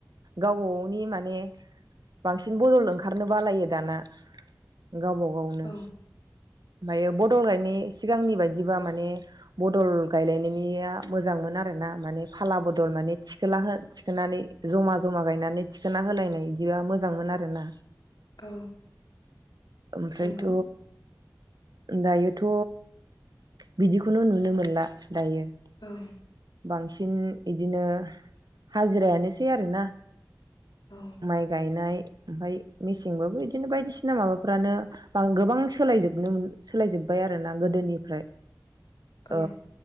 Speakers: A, on the right; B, on the left.
A: गावबा गावनि माने बांसिन बदल ओंखारनो बालायो दाना। गावबा गावनो
B: औ
A: ओमफाय बदल गायनाय सिगांनि बायदिबा माने बदल गायलायनायनिया मोजांमोन आरोना माने फाला बदल माने थिखोला थिखोनानै जमा जमा गायनानै थिखोना होलायनाय। बिदिबा मोजांमोन आरोना
B: औ
A: ओमफ्रायथ
B: नंगौ
A: दायोथ' बिदिखौनो नुनो मोनला दायो ।
B: औ
A: बांसिन बिदिनो हाजिरायानोसै आरोना ।
B: औ
A: माइ गायनाय ओमफफ्राय मेसेंबाबो बिदिनो बायदिसिना माबाफ्रानो गोबां सोलायजोबनो सोलाय जोब्बाय आरो ना गोदोनिफ्राय
B: औ
A: ओ